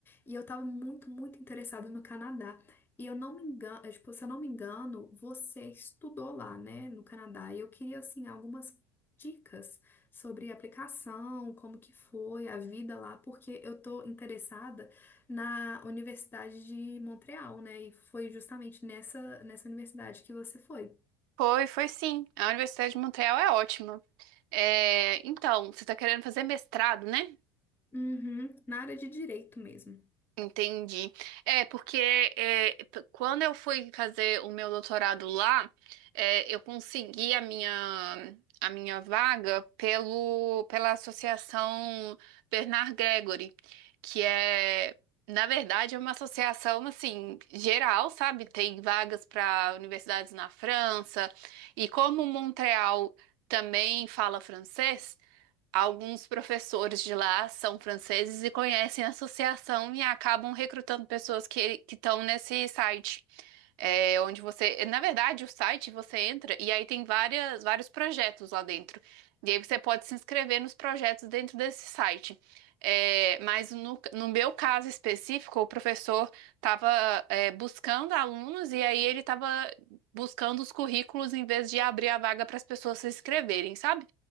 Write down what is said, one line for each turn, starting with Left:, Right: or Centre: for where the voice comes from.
Left: E eu tava muito, muito interessada no Canadá. E eu não me engano, é, tipo, se eu não me engano, você estudou lá, né, no Canadá. E eu queria, assim, algumas dicas sobre a aplicação, como que foi a vida lá, porque eu tô interessada na Universidade de Montreal, né? E foi justamente nessa, nessa universidade que você foi.
Right: Foi, foi sim. A Universidade de Montreal é ótima. É, então, você tá querendo fazer mestrado, né?
Left: Uhum, na área de direito mesmo.
Right: Entendi. É, porque é, p- quando eu fui fazer o meu doutorado lá, é, eu consegui a minha, a minha vaga pelo, pela Associação Bernard Gregory, que é, na verdade, é uma associação, assim, geral, sabe? Tem vagas para universidades na França, e como Montreal também fala francês, Alguns professores de lá são franceses e conhecem a associação e acabam recrutando pessoas que que estão nesse site é, onde você, na verdade, o site você entra e aí tem várias, vários projetos lá dentro. E aí você pode se inscrever nos projetos dentro desse site. É, mas no, no meu caso específico, o professor estava buscando alunos e aí ele estava buscando os currículos em vez de abrir a vaga para as pessoas se inscreverem, sabe?